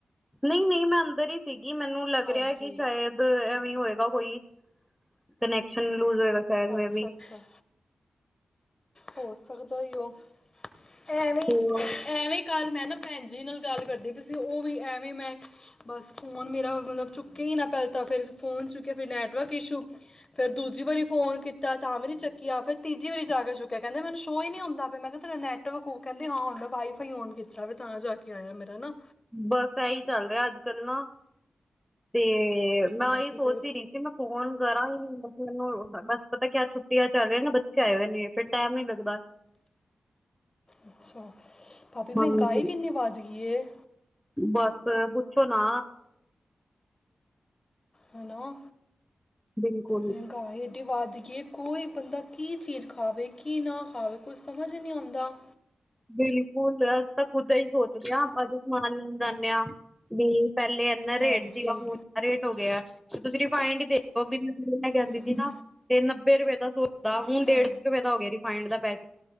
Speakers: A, in the centre; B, on the left.
A: ਨਹੀਂ ਨਹੀਂ ਮੈਂ ਸੀ ਕੀ ਮੈਨੂੰ ਲੱਗ
B: ਹਾਂਜੀ
A: ਰਿਹਾ ਕਿ ਸ਼ਾਇਦ ਹੋਏਗਾ ਕੋਈ ਕਨੈਕਸ਼ਨ ਲੂਜ਼ ਹੋਏਗਾ ਸ਼ਾਇਦ ਮੇ
B: ਅੱਛਾ
A: ਬ
B: ਅੱਛਾ ਹੋ ਸਕਦਾ ਉਹ ਐਵੇਂ
A: ਹੋਰ
B: ਐਵੇਂ ਕੱਲ ਮੈਂ ਨਾ ਭੈਣ ਜੀ ਨਾਲ ਗੱਲ ਕਰਦੀ ਪ ਸੀ ਉਹ ਵੀ ਐਵੇਂ ਮੈਂ ਬਸ ਫੋਨ ਮੇਰਾ ਮਤਲਬ ਚੁੱਕਿਆ ਹੀ ਨਾ ਪਲਤਾ ਫੇਰ ਫੋਨ ਚੁੱਕਿਆ ਫਿਰ ਨੈਟਵਰਕ ਇਸ਼ੂ ਫੇਰ ਦੂਜੀ ਵਾਰੀ ਫੋਨ ਕੀਤਾ ਤਾਂ ਵਾਰੀ ਚੱਕੀਿਆ ਫੇਿਰ ਤੀਜੀ ਵਾਰੀ ਜਾ ਕੇ ਚੁੱਕ ਕਹਿੰਦੇੈਨੂੰ ਸੋ ਹੀ ਨਹੀਂ ਹੁੰਦਾ ਮੈਂ ਕਿਹਾ ਤੇਰਾ ਨੈਟ ਕਹਿੰਦੇ ਹਾਂ ਹੁ ਮੈਂ ਵਾਈਫਾਈ ਓਨ ਕੀਤਾ ਵੀ ਤਾਂ ਜਾ ਕੇ ਆਇਆ ਮੇਰਾ ਨਾ
A: ਬਸ ਇਹੀ ਚੱਲ ਰਿਹਾ ਅੱਜ ਕੱਲ ਨਾ ਤੇ ਤੇ ਮੈਂ
B: ਬਸ
A: ਇਹੀ
B: ਕੀ
A: ਸੋਚ
B: ਕਰੇ
A: ਹੀ ਰਹੀ ਸੀ ਮੈਂ ਫੋਨ ਕਰਾਂ ਹੀ ਮਬ ਮੈਨੂੰ ਬਸ ਪਤਾ ਕਿਆ ਛੁੱਟੀ ਚੱਲ ਨੇ ਬੇ ਆਏ ਹੋ ਨੇ ਫਰ ਟਾਈਮ ਨੀ ਲੱਦਾ
B: ਅੱਛਾ ਭਾਾਬੀ ਮਹਿੰਗਾਈ
A: ਹਾਂਜੀ
B: ਕਿੰਨੀ ਵੱਧ ਗਈ
A: ਬਸ ਪੁੱਛੋ ਨਾ
B: ਹੈਲੋ
A: ਬਿਲਕੁਲ
B: ਮਹਿੰਗਾ ਏਡੀ ਵੱਧ ਗਈ ਕੋਈ ਬੰਦਾ ਕੀ ਚੀਜ਼ ਖਾਵੇ ਕੀ ਨਾ ਖਾਵੇ ਕੁਛ ਸਮਝ ਨਹੀਂ ਆਉਂਦਾ
A: ਬਿਲਕੁਲ ਅਸੀ ਤਾਂ ਖੁਦ ਹੀ ਸੋਚਦੇ ਹਾਂ ਆਪਾਂ ਸਮਾਨ ਲੈਣ ਜਾਂਦੇ ਹਾਂ ਵੀ ਪਹਿਲੇ ਇੰਨਾ ਰੇਟ
B: ਹਾਂਜੀ
A: ਸੀਗਾ ਹੁਣ ਇਨਾ ਰੇਟ ਹੋ ਗਿਆ ਤੇ ਤੁਸੀਂ ਫਾਈੰ ਦੇੋ ਵੀ ਮੈਂ ਕਹਿੰਦੀ
B: ਬਸ
A: ਸੀ ਨਾ ਤੇ ਵੇਰਵੇ ਦਾ ਸ ਦਾ ਹੁਣ
B: ਹਾਂ
A: ਡੇਢ ਸੌ ਰੁਪਏ ਦਾ ਹੋ ਗਿਆ ਰਿਫਾਇੰਡ ਦਾ ਪੈ